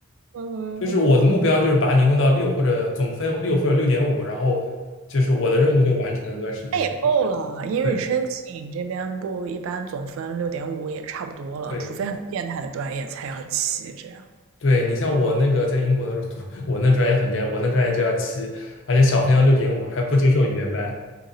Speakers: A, on the right; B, on the left.
A: 嗯，
B: 就是我的目标就是把你弄到六或者总分六或者六点五，然后就是我的任务就完成了那段时间。
A: 那也够了，英语申请这边不一般总分六点五也差不多了，
B: 对对。
A: 除非很变态的专业才要七这样。
B: 对你像我那个在英国的时候读，<laughs> 我那专业很变，我那专业就要七，而且小分要六点五，还不接受语言班。